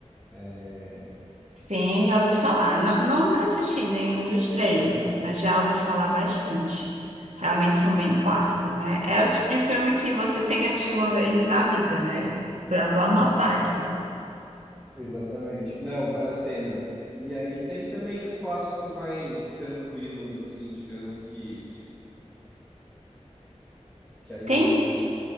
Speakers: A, in the centre; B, on the right.
A: É,
B: Sim, já ouvi falar. Nu- nunca assisti nenhum dos três,
A: aham,
B: mas já ouvi falar bastante. Realmente são bem clássicos, né? É o tipo de filme que você tem que assistir uma vez na vida, né? Eu vou anotar aqui.
A: exatamente. Não, vale a pena. E aí tem também os clássicos mais tranquilos, assim, digamos que que aí
B: Tem
A: não entra.